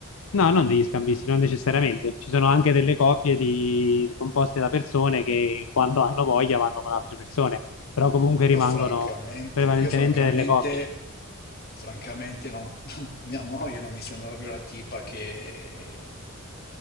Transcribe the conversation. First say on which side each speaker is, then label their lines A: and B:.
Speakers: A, on the left; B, on the left.
A: No, non degli scambisti, non necessariamente. Ci sono anche delle coppie di- composte da persone che quando hanno voglia vanno con altre persone, però comunque
B: Io
A: rimangono
B: francamente,
A: prevalentemente
B: io francamente,
A: delle coppie.
B: francamente non, <laughs> non- mia moglie non mi sembra proprio la tipa che,